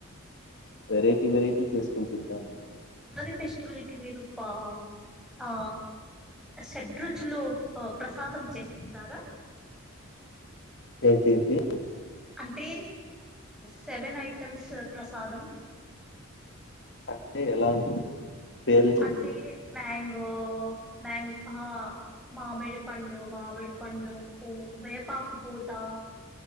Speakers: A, on the left; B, in the centre.
A: వెరైటీ వెరైటీ చేసుకొని తింటానండీ
B: అది ఫెస్టివలికి విరుపా ఆ షడ్రుచులు ప్రసాదం చేస్తుంటారా
A: ఏంటి ఏంటి
B: అంటే సెవెన్ ఐటెమ్స్ ప్రసాదం
A: అంటే ఎలా ఉంటుంది పేర్లు చెప్పండి
B: అదే మ్యా ఓ మ్యాంగ్ ఆ మామిడి పండు మామిడి పండు ఉప్పు వేప ఆకు పోతా